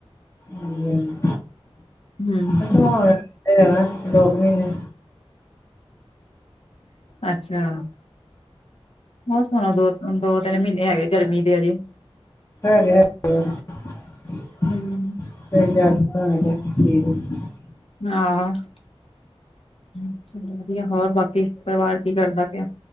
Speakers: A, on the left; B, on the left.
A: ਹਾਂਜੀ ਹਾਂਜੀ,
B: ਹੂੰ,
A: ਮੋਸਮ ਹੋਣਾ ਰਹਿਣਾ ਦੋ ਕ ਮਹੀਨੇ।
B: ਅੱਛਾ, ਮੋਸਮ ਹੋਰ ਦੋ ਦੋ ਤਿੰਨ ਮਹੀਨੇ ਹੈਗੇ ਗਰਮੀ ਦੇ ਹਜੇ।
A: ਹੈਗੇ ਹੈਗੇ ਨੇ
B: ਹੂੰ,
A: ਤਿੰਨ ਚਾਰ <unintelligible>
B: ਆਹੋ ਹੂੰ, ਬਸ ਵਧੀਆ ਹੋਰ ਬਾਕੀ ਪਰਿਵਾਰ ਕੀ ਕਰਦਾ ਪਿਆ?